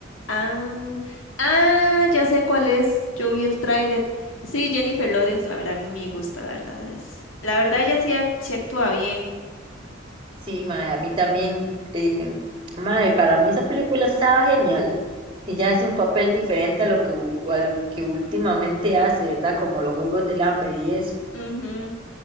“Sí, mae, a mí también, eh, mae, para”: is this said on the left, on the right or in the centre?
Right